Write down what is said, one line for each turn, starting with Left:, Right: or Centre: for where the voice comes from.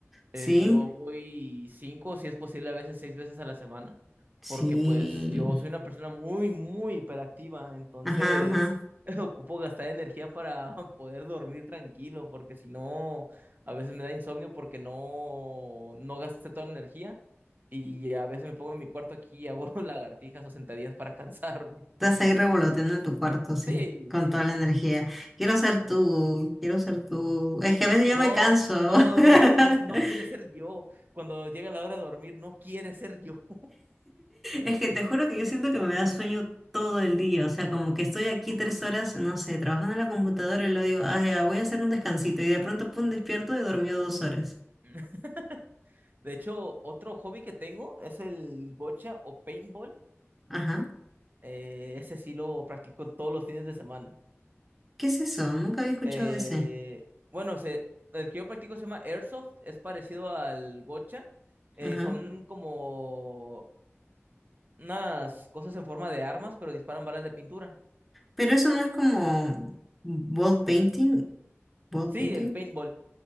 Right: Eh,
Centre: ¿Sí?
Right: yo voy cinco, si es posible, a veces seis veces a la semana,
Centre: Sí.
Right: porque pues yo soy una persona muy, muy hiperactiva, entonces
Centre: Ajá, ajá.
Right: <laughs> ocupo gastar energía para <laughs> poder dormir tranquilo, porque si no, a veces me da insomnio porque no, no gasté toda la energía y a veces me pongo en mi cuarto aquí y hago <laughs> lagartijas o sentadillas para cansarme. <laughs>
Centre: Estás ahí revoloteando en tu cuarto, sí,
Right: Sí,
Centre: con
Right: sí.
Centre: toda la energía. Quiero ser tú, quiero ser tú. Es que a veces yo
Right: No,
Centre: me canso.
Right: no,
Centre: <laughs>
Right: no, qui- no, no quiere ser yo. Cuando llega la hora de dormir, no quiere ser yo.
Centre: Es que te juro que yo siento que me da sueño todo el día. O sea, como que estoy aquí tres horas, no sé, trabajando en la computadora y luego digo, ah, ya, voy a hacer un descansito. Y de pronto, pum, despierto y dormí dos horas.
Right: <laughs> De hecho, otro hobby que tengo es el gocha o paintball.
Centre: Ajá.
Right: Eh, ese sí lo practico todos los fines de semana.
Centre: ¿Qué es eso? Nunca había escuchado
Right: Eh,
Centre: de ese.
Right: bueno, se- el que yo practico se llama Airsoft, es parecido al gocha. Eh,
Centre: Ajá.
Right: son como unas cosas en forma de armas, pero disparan balas de pintura.
Centre: Pero eso no es como wall painting. Wall
Right: Sí,
Centre: painting.
Right: el paintball.